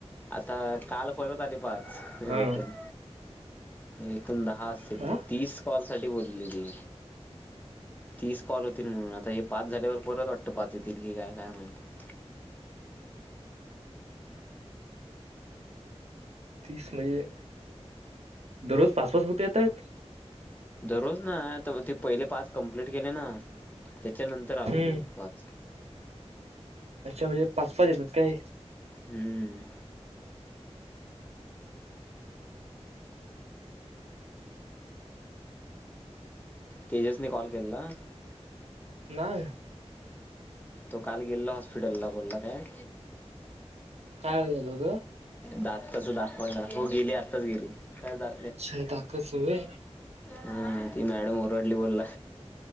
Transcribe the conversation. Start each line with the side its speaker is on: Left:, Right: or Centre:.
Left: आता काल परत आणि पाच
Right: हा
Left: रिटर्न एकूण दहा कॉल असतील
Right: हा
Left: तीस कॉल अशी बोलली ती तीस कॉल म्हणून हे पाच झाल्यावरती परत वाटतं पाच येतील काय माहिती
Right: तीस म्हणजे दररोज पाच पाच होते येत आहेत.
Left: दररोज ना आता ते पहिले पास कम्प्लीट केले ना त्याच्यानंतर आले
Right: हम्म
Left: पाच
Right: अच्छा म्हणजे पाच पाच येतात काय.
Left: ह तेजसनी कॉल केलेला.
Right: नाही.
Left: तो काल गेलेला हॉस्पिटलला बोलला काय.
Right: काय होईल होतं.
Left: दात दाखवायला आत्ताच गेले हो आत्ताच गेली. काय दा
Right: अच्छा दाताचे होय.
Left: हा ती मॅडम ओरडली म्हणला.